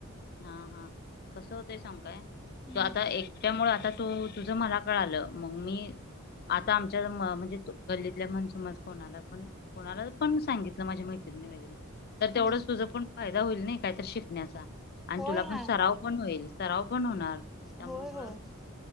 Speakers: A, on the left; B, in the centre.
A: हा -हा कसं होतंय सांगू काय
B: हम्म.
A: तू आता एकट्या मूळ आता तू तुझं मला कळालं मग मी आता आमच्या म्हणजे तू गल्लीतल्या म्हण कोणाला पण, कोणाला पण सांगितलं माझ्या माहि नी वगैरे तर तेवढंच
B: हा
A: तुझ पण फायदा होईल नाही काहीतर शिकण्याचा आणि
B: होय
A: तुला पण
B: हाय
A: सराव पण होईल. सराव पण होणार त्यामुगळं
B: होय होय.